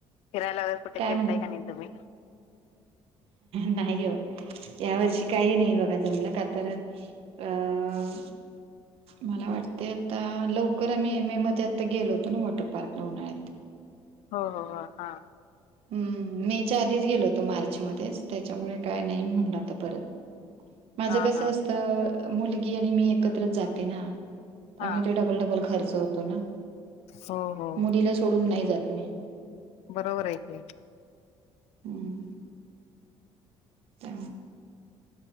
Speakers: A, on the left; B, on the right.
A: फिरायला व कुठे
B: काय
A: गेलताय
B: म्हण
A: का तुम्ही?
B: नाही हो या वर्षी काही नाही बघा जमलं का तर आ. मला वाटते आता लवकर आम्ही एम ए मध्ये आता गेलो होतो ना वॉटर पार्क ला उन्हाळ
A: हो हो हो हा.
B: हम्म मेच्या आधीच गेलो होतो मार्च मध्येच त्याच्यामुळे काय नाही म्हणलं तर परत
A: <unintelligible>
B: माझं कसं
A: हा
B: असतं मुलगी आणि मी एकत्रच जाते ना. त्यामुळे
A: हा
B: तो डबल डबल खर्च होतो ना
A: हो हो
B: मुलीला सोडून नाही जात मी
A: बरोबर आहेक.
B: हम्म ते